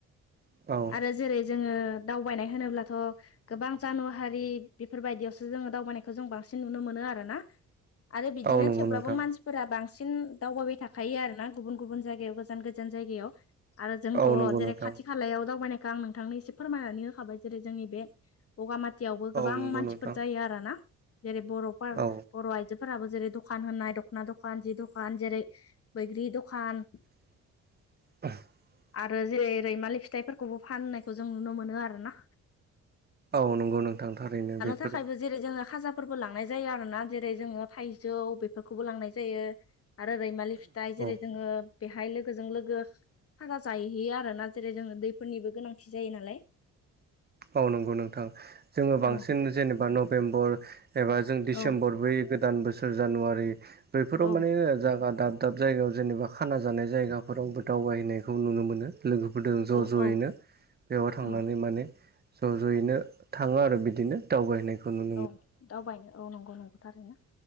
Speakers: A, on the right; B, on the left.
A: औ
B: आरो जेरै जोङो दावबायनाय होनोब्लाथ' गोबां जानु हारि बेफोरबायदियावसो जोङो दावबायानायखौ जों बांसिन नुनो मोनो आरो ना। आरो बिदिनो
A: औ नंगौ
B: थेवब्लाबो
A: नोंथां
B: मानसि फोरा बांसिन दावबायाबबाय थाखायो आरोना गुबुन गुबुन जायगायाव गोजान गोजान जायगायाव। आरो जोंथ'
A: औ नंगौ
B: जेरै
A: नोंथां
B: खाथि खालायाव दावबायनायखौ आं नोंथांनो एसे फोरमायनानै होखाबाय जेरै जोंनि बे बगामाथियावबो
A: औ
B: गोबां
A: नंगौ
B: मानसिफोर
A: नोंथां
B: जायो आरोना जेरै बर'फोर
A: औ
B: बर' आइजोफोराबो जेरै दखान होननाय दख'ना दखान जि दखान जेरै बैग्रि दखान
A: <inaudible>
B: आरो जेरै रैमालि फिथाइफोरखौबो फाननायखौ जों नुनो मोनो आरो ना।
A: औ नंगौ नोंथां थारैनो बेफोरो
B: थाखायबो जेरै जोङो खाजाफोरबो लांनाय जायो आरो ना जेरै जोङो थाइजौ बेफोरखौबो लांनाय जायो आरो रैमालि फिथाइ जेरै
A: औ
B: जोङो बेहाय लोगोजों लोगो खाजा जाहैयो आरोना जेरै जोङो दैफोरनिबो गोनांथि जायो नालाय
A: ओ नांगौ नोंथां जोङो बांसिन
B: औ
A: जेनेबा नभेम्बर एबा जों डिसेम्बर
B: औ
A: बै गोदान बोसोर जानुवारि बैफोराव
B: औ
A: माने जायगा दाब दाब दाब जायगायाव जेनेबा खाना जानाय जायगाफोरावबो दावबायहैनायखौ नुनो मोनो। लोगोफोरजों ज'
B: औ
A: ज'यैनो
B: औ
A: बेयावाय थांनानै
B: औ
A: माने ज' ज'यैनो थाङो आरो बिदिनो। दावबायनायखौ नु
B: औ दावबायनो औ नंगौ नंगौ थारैनो